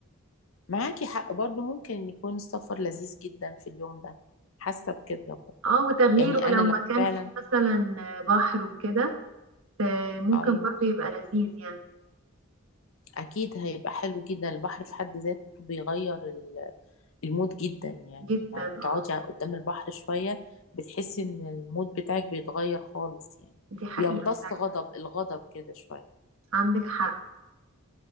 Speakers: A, on the left; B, on the right.
A: معاكي حق برضو ممكن يكون السفر لذيذ جدا في اليوم ده حاسة بكده برضو
B: اه وتغيير
A: يعني
B: ولو
A: انا لو
B: مكان
A: فعلا
B: فيه مثلا بحر وكده آه، ممكن
A: ايوه
B: برضه يبقى لذيذ يعني
A: أكيد هيبقى حلو جدا البحر في حد ذاته بيغير ال- المود جدا يعني
B: جدا
A: لما بتقعدي
B: اه
A: قدام البحر شوية بتحسي إن المود بتاعك بيتغير خالص يعني
B: دي حقيقه
A: بيمتص
B: فعلا.
A: غضب الغضب كده شوية
B: عندك حق